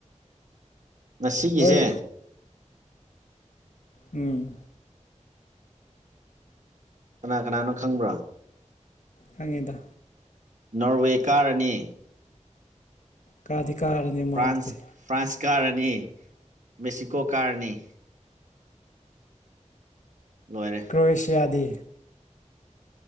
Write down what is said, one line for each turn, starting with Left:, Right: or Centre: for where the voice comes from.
Right: ꯉꯁꯤꯒꯤꯁꯦ
Left: ꯂꯣꯏ ꯎꯝ
Right: ꯀꯅꯥ ꯀꯅꯥꯅꯣ ꯈꯪꯕ꯭ꯔꯥ
Left: ꯁꯪꯉꯗ
Right: ꯅꯣꯔꯋꯦ ꯀꯥꯔꯅꯤ
Left: ꯀꯗꯤ ꯀꯥꯔꯅꯤ ꯃꯥꯗꯨꯗꯤꯦ
Right: ꯐ꯭ꯔꯥꯟꯁ ꯐ꯭ꯔꯥꯟꯁ ꯀꯥꯔꯅꯤ ꯃꯦꯛꯁꯤꯀꯣ ꯀꯥꯔꯅꯤ ꯂꯣꯏꯔꯦ
Left: ꯀ꯭ꯔꯣꯌꯦꯁꯤꯌꯥꯗꯤ